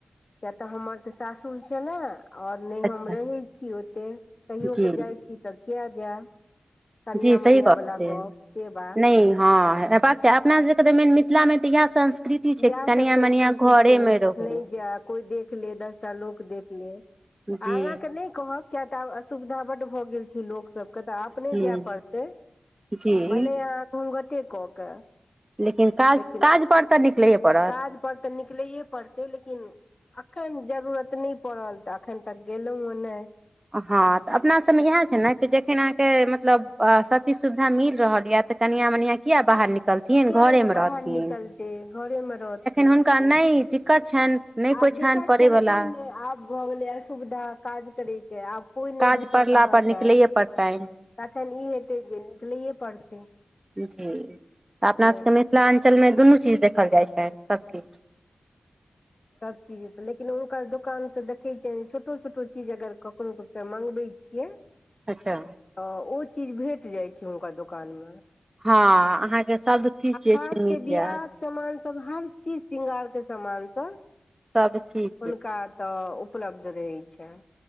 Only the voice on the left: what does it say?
किया तऽ हमर तऽ सासुर छै ने आओर नहि
हम रहै छी ओते कहियो
क जाइ छी तऽ किया जायब कनिया
मनिया
बला
गप से बात
इएह
सब संस्कृति
छै
नै जाय कोई देख ले दर् टा लोक देख ले
आहाँ के नहि कहब किया तऽ आब असुविधा बड भऽ गेल लोक सबके तऽ अपने
जाए पड़तै
भले अहाँ घूँघटे कऽ के
लेकिन
काज पर तऽ निकलैए पड़तै लेकिन अखन जरूरत नहि पड़ल तऽ अखन तक गेलौ यं नाई
किया
बाहर निकलते घरे मे रहथिन
आब
दिक्कत
छै न कोइ नहि आब भऽ गेलए असुविधा काज करयके आब कोइ नहि
भेटत
अहाँके
तखन ई हेतै जे निकलैए पड़तै
से
सब चीज लेकिन हुनकर दोकान से देखैत छियनि छोटो छोटो चीज अगर कखनो मँगबए छियै
तऽ ओ चीज भेट जाइ छै हुनका दोकानमे
खास
के बियाह
के सामान सब हर चीज श्रृंगार के समामान सब
हुनका तऽ उपलब्ध रहैत छनि